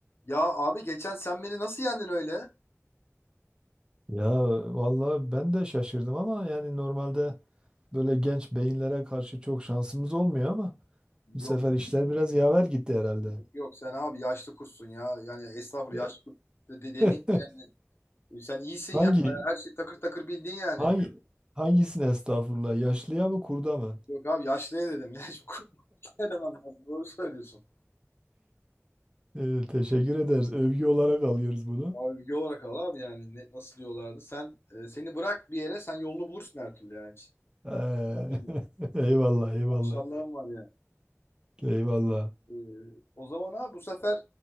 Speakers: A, on the left; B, on the right.
A: Ya abi geçen sen beni nasıl yendin öyle?
B: Ya vallahi ben de şaşırdım ama yani normalde böyle genç beyinlere karşı çok şansımız olmuyor ama
A: Yok.
B: bu sefer işler biraz yaver gitti herhalde.
A: Yok sen abi yaşlı kursun ya. Yani estağfurullah
B: Ya-
A: yaşlı kurt de, de demeyeyim
B: <laughs>
A: yani. E, Sen iyisin
B: Hangi
A: ya. Bayağı her şey takır takır bildin yani.
B: hangi hangisine estağfurullah yaşlıya mı kurda mı?
A: Yok abi yaşlıya dedim ya. <laughs> Şimdi kurt ne demem lazım. Doğru söylüyorsun.
B: Ee, teşekkür ederiz. Övgü olarak alıyoruz bunu.
A: Abi yol olarak al abi yani ne, nasıl diyorlardı. Sen e, seni bırak bir yere sen yolunu bulursun her türlü yani.
B: Ee,
A: Her türlü.
B: <laughs> eyvallah eyvallah.
A: Maşallahım var ya.
B: Eyvallah.
A: E, o zaman abi bu sefer